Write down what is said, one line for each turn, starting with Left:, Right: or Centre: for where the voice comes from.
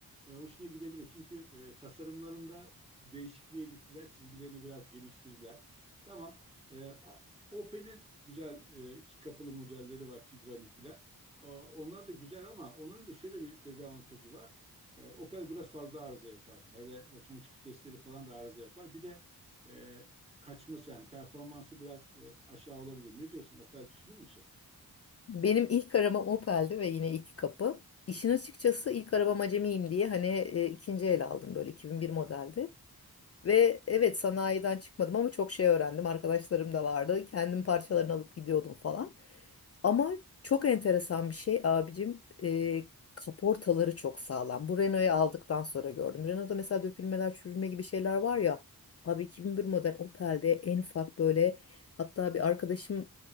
Right: E, hoşuna gidebilir. Çünkü e, tasarımlarında değişikliğe gittiler. Çizgilerini biraz geliştirdiler. Tamam. E, Opel'in güzel e, iki kapılı modelleri var Tigra'nın filan. E, onlar da güzel ama onların da şöyle bir dezavantajı var. E, Opel biraz fazla arıza yapar. Hele otomatik vitesleri falan da arıza yapar. Bir de e, kaçması yani performansı biraz e, aşağı olabilir. Ne diyorsun? Opel düşünür müsün?
Left: Benim ilk arabam Opel'di ve yine iki kapı. İşin açıkçası ilk arabam acemiyim diye hani e, ikinci el aldım böyle 2001 modeldi. Ve evet sanayiden çıkmadım ama çok şey öğrendim. Arkadaşlarım da vardı. Kendim parçalarını alıp gidiyordum falan. Ama çok enteresan bir şey abicim. e, kaportaları çok sağlam. Bu Renault'u aldıktan sonra gördüm. Renault'da mesela dökülmeler, çürülme gibi şeyler var ya. Abi 2001 model Opel'de en ufak böyle hatta bir arkadaşımla